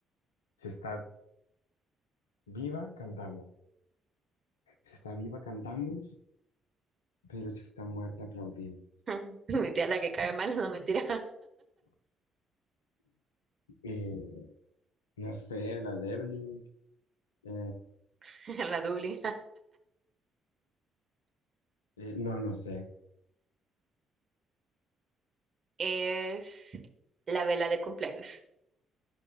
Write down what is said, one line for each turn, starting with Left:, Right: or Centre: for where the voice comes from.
Left: Si está viva, cantamos. Si está viva, cantamos, pero si está muerta, aplaudimos.
Right: <laughs> Mi tía la que cae mal, no mentira,
Left: Eh, no sé, la de Evelyn. eh,
Right: <laughs> la Dublín.
Left: eh, no, no sé.
Right: Es la vela de cumpleaños.